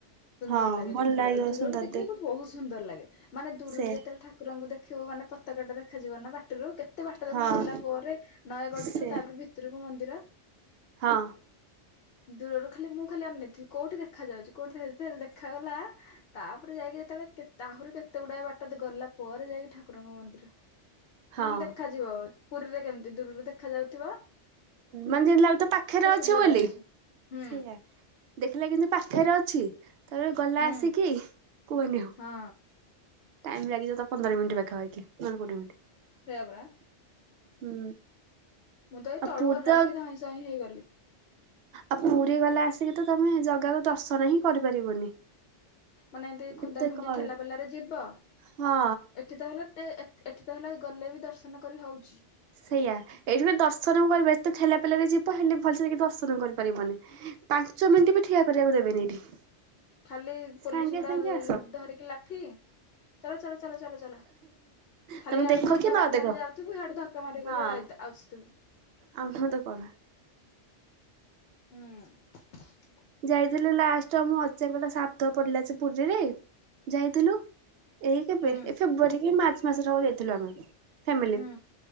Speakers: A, on the left; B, on the right.
A: ସୁନ୍ଦର
B: ହଁ
A: ଲାଗେ
B: ଭଲ
A: ଦେଖିବାକୁ,
B: ଲାଗିବ
A: ଦୂରରୁ
B: ସୁନ୍ଦର
A: ଦେଖିବାକୁ
B: ଦେ
A: ବହୁତ ସୁନ୍ଦର ଲାଗେ। ମାନେ ଦୂରରୁ
B: ସେ
A: ଯେତେବେଳେ, ଠାକୁରଙ୍କୁ ଦେଖିବୁ ମାନେ ପତାକା ଟା ଦେଖାଯିବ ନା ବାଟରୁ କେତେ କେତେ ବାଟ
B: ହଁ
A: ଦେଖୁନ ଗଲା ପରେ, ନୟାଗଡ଼ଠୁ
B: ସେ
A: ତାପରେ ଭିତରକୁ ମନ୍ଦିର।
B: ହଁ।
A: ଦୂରରୁ ଖାଲି ମୁଁ ଖାଲି ଅନେଇଥିବି, କୋଉଠି ଦେଖାଯାଉଛି କୋଉଠି ଦେଖା ଯେତେବେଳେ ଦେଖାଗଲା, ତାପରେ ଯାଇକି କେତେବେଳେ ଆହୁରି କେତେ ଗୁଡାଏ ବାଟ ଗଲା ପରେ ଯାଇକି ଠାକୁରଙ୍କ ମନ୍ଦିର। ମାନେ
B: ହଁ
A: ଦେଖାଯିବ, ପୁରୀରେ କେମିତି ଦୂରରୁ ଦେଖାଯାଉଥିବ।
B: ମାନେ ଯେମିତି ଲାଗୁଥିବ ପାଖରେ ଅଛି
A: ସୁନ୍ଦର
B: ବୋଲି।
A: ଦେଖାଯିବ ହୁଁ
B: ସେଇଆ ଦେଖିଲା କିନ୍ତୁ ପାଖରେ ଅଛି, ତାପରେ ଗଲା
A: ହୁଁ
B: ଆସିକି କୁହନି ଆଉ
A: ହଁ।
B: ଟାଇମ ଲାଗିଯାଉ ଥିବ ପନ୍ଦର ମିନିଟ ପାଖାପାଖି, ନେହେଲେ କୋଡ଼ିଏ ମିନିଟ୍।
A: ସେଇଆ ପରା।
B: ହୁଁ।
A: ମୁଁ ତ ଏଇ
B: ଆଉ
A: ତଳୁ
B: ପୁରୀ
A: ଗଲା
B: ତ
A: ଆସିକି ଧଇଁ ସଇଁ ହେଇଗଲି।
B: ଆଉ ପୁରୀ ଗଲା ଆସିକି ତ ତମେ ଜଗାକୁ ଦର୍ଶନ ହିଁ କରିପାରିବନି।
A: ମାନେ ଏମିତି ଖୁନ୍ଦା
B: ଏତେ
A: ଖୁନ୍ଦି
B: ଗହଳି
A: ଠେଲା ପେଲାରେ ଯିବ,
B: ହଁ
A: ଏଠି ତ ହେଲେ ଏଠି ତାହେଲେ ଗଲେ ବି ଦର୍ଶନ କରି ହଉଛି।
B: ସେଇଆ ଏଇଠି ବି ଦର୍ଶନ କରିବ। ଏଠି ତ ଠେଲା ପେଲାରେ ଯିବ, ହେଲେ ଭଲସେ କି ଦର୍ଶନ କରିପାରିବନି। ପାଞ୍ଚ ମିନିଟ ବି ଠିଆ କରିବାକୁ ଦେବେନି ଏଠି।
A: ଖାଲି ପୋଲିସ
B: ସାଙ୍ଗେ
A: ଗୁଡା
B: ସାଙ୍ଗେ ଆସ।
A: ଧରିକି ଲାଠି, ଚାଲ ଚାଲ ଚାଲ ଚାଲ ଚାଲ ଖାଲି
B: ତମେ
A: ଇଆଡୁ
B: ଦେଖ
A: ଧକ୍କା
B: କି ନ
A: ମାରି
B: ଦେଖ
A: ମାରି ଯାଉଥିବୁ, ହାଡୁ ଧକ୍କା ମାରି
B: ହଁ
A: ମାରି ଆଇ ଆସୁଥିବୁ।
B: ଆଉ ନୁହେଁ ତ କଣ।
A: ହୁଁ।
B: ଯାଇଥିଲୁ, ଲାଷ୍ଟରେ ମୋ ଅଜାଙ୍କର ଶ୍ରାଦ୍ଧ ପଡିଲା ଯେ ପୁରୀରେ ଯାଇଥିଲୁ ଏଇ କେବେ,
A: ହୁଁ
B: ଏଇ ଫେବୃଆାରୀ କି ମାର୍ଚ୍ଚ ମାସରେ ହବ ଯାଇଥିଲୁ ଆମେ ଫ୍ୟାମିଲି।
A: ହୁଁ।